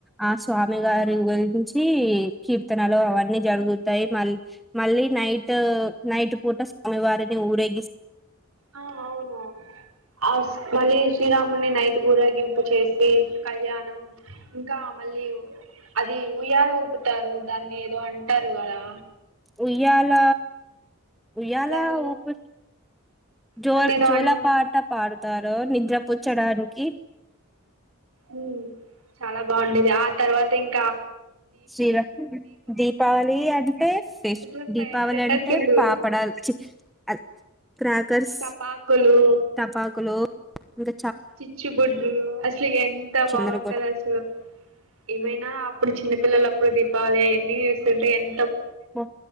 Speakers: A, in the centre; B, on the right.
A: ఆ స్వామి గారి గురించి ఈ కీర్తనలు అవన్నీ జరుగుతై మల్ మళ్ళీ నైట్ నైట్ పూట స్ అమివారిని ఊరేగిస్
B: ఆ అవును అవును ఆస్ మళ్ళీ శ్రీరాముణ్ణి నైట్ ఊరేగింపు చేసి కళ్యాణం ఇంకా మళ్ళీ అది ఉయ్యాల ఊపుతారు దాన్ని ఏదో అంటారు గదా
A: ఉయ్యాల ఉయ్యాల
B: దాన్ని ఏదో
A: ఊపుత్ జోల్
B: దాన్ని ఏదో
A: జోలపాట
B: అన్
A: పాడుతారు నిద్రపుచ్చడానికి
B: ఉమ్ చాలా బాండేది ఆ తర్వాత ఇంక్
A: శ్రీ రా దీపావళి అంటే ఫెష్
B: అసలు ఫేవరెట్
A: దీపావళి అంటే
B: అసలు
A: పాపడ్ డాల్ చీ అద్ క్రాకర్స్
B: టపాకులు
A: టపాకులు ఇంక
B: చిచ్చుబుడ్లు అసల్కి ఎంత
A: చిందర
B: బాంటదో
A: గొ
B: అసలు ఏమైనా అప్ ప్పుడు చిన్నపిల్లలప్పుడు దీపావళి అయెన్నీ చూస్తుంటే ఎన్
A: ఓ